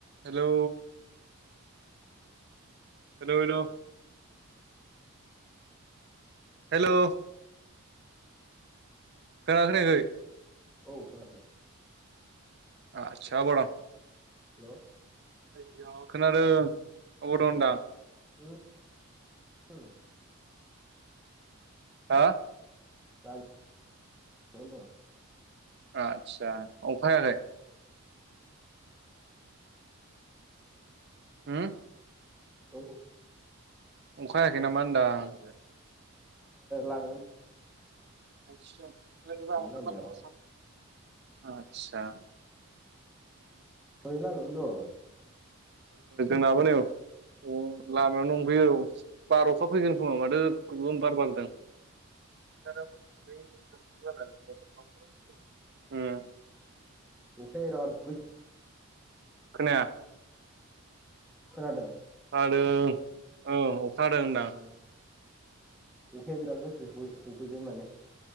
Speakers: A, on the right (about 50°); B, in the centre.
A: Hello hello hello hello खोनाखोनायाखै
B: औ खोनादों
A: आतसा अबाव दं
B: हेल'
A: हेल' खोनादों अबाव दं होनदां
B: <unintelligible>
A: हा?
B: <unintelligible>
A: आदसा अखा हायाखै? होम?
B: औ
A: अखा हायाखै नामा होनदां?
B: लाङो।
A: आथसा।
B: लामायाव ओरैनो लामाआवनो दं।
A: जोंनाबो नै अ लामायाव दंफैयो औ बार अखा फैगोन खोमा माथो गोगोम बार बारदों। <unintelligible> उम।
B: अखाया बिराद गोसा
A: खोनाया।
B: खोनादों?
A: हादों औ अखा हादों।
B: उम अखाया बिराद गोसासो सफैगोन माने